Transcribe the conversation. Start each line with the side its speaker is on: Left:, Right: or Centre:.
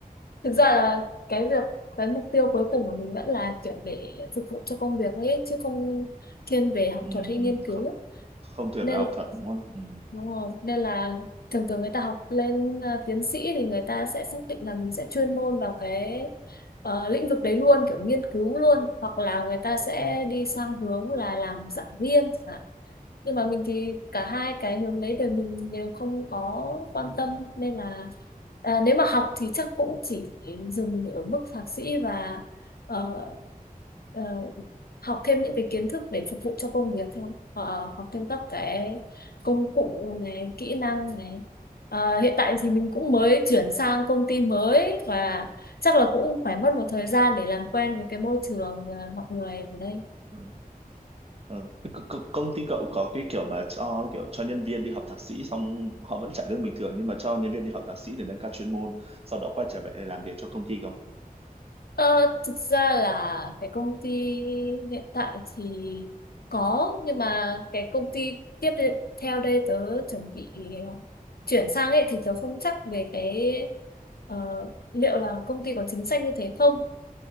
Left: thực ra là cái việc cái mục tiêu cuối cùng của mình vẫn là kiểu để phục vụ cho công việc thôi ấy, chứ không thiên về học
Right: Ừ,
Left: thuật hay
Right: ừ,
Left: nghiên cứu
Right: không tuyển
Left: nên
Right: về học thuật đúng không ừ.
Left: Đúng rồi, nên là thường thường người ta học lên à, tiến sĩ thì người ta sẽ xác định là mình sẽ chuyên môn vào cái ờ, lĩnh vực đấy luôn, kiểu nghiên cứu luôn, hoặc là người ta sẽ đi sang hướng là làm giảng viên. chẳng hạn. Nhưng mà mình thì cả hai cái hướng đấy đều mình đều không có quan tâm nên là à, nếu mà học thì chắc cũng chỉ dừng ở mức thạc sĩ và ờ, ờ, học thêm những cái kiến thức để phục vụ cho công việc thôi, Ờ, học thêm các cái công cụ này kỹ năng này à, hiện tại thì mình cũng mới chuyển sang công ty mới và chắc là cũng phải mất một thời gian để làm quen với cái môi trường à, mọi người ở đây
Right: Ừ. Ừ. Thế c- c- công ty cậu có cái kiểu mà cho kiểu cho nhân viên đi học thạc sĩ xong họ vẫn trả lương bình thường nhưng mà cho nhân viên đi học thạc sĩ để nâng cao chuyên môn sau đó quay trở về để làm việc cho công ty không
Left: Ờ, thực ra là cái công ty hiện tại thì có nhưng mà cái công ty tiếp đi- theo đây tớ chuẩn bị à, chuyển sang ấy thì tớ không chắc về cái ờ, liệu là công ty có chính sách như thế không